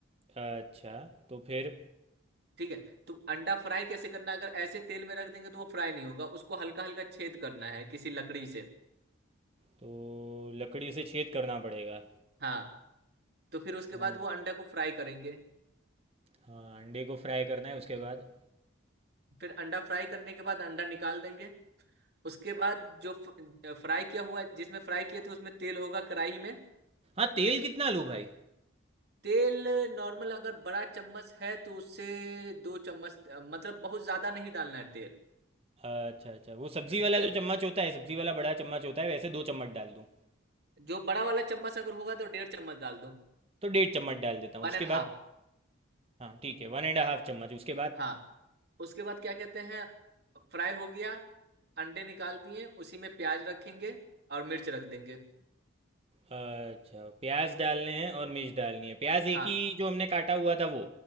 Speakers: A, on the right; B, on the right.
A: अच्छा तो फिर
B: ठीक है तो अंडा फ्राई कैसे करना है? अगर ऐसे तेल में रख देंगे तो वो फ्राई नहीं होगा उसको हल्का हल्का छेद करना है किसी लकड़ी से
A: तो लकड़ी से छेद करना पड़ेगा
B: हाँ तो फिर उसके
A: हम्म,
B: बाद वो अंडा को फ्राई करेंगे
A: हाँ अंडे को फ्राई करना है उसके बाद
B: फिर अंडा फ्राई करने के बाद अंडा निकाल देंगे उसके बाद जो फ्राई किया हुआ जिसमें फ्राई किए थे उसमें तेल होगा कढ़ाई में
A: हाँ तेल कितना लूँ भाई
B: तेल नॉर्मल अगर बड़ा चम्मच है तो उससे दो चम्मच अ, मतलब बहुत ज्यादा नहीं डालना है तेल
A: अच्छा अच्छा वो सब्जी
B: ठीक
A: वाला
B: है
A: जो चम्मच होता है सब्जी वाला बड़ा चम्मच होता है वैसे दो चम्मच डाल दूँ
B: जो बड़ा वाला चम्मच अगर होगा तो डेढ़ चम्मच डाल दो
A: तो डेढ़ चम्मच डाल देता हूँ
B: One
A: उसके
B: and
A: बाद
B: half
A: हाँ ठीक है वन एंड हाफ चम्मच उसके बाद
B: हाँ उसके बाद क्या कहते हैं फ्राई हो गया अंडे निकाल दिए उसी में प्याज रखेंगे और मिर्च रख देंगे
A: अच्छा प्याज डालने हैं और मिर्च डालनी है प्याज एक
B: हाँ
A: ही जो हमने काटा हुआ था वो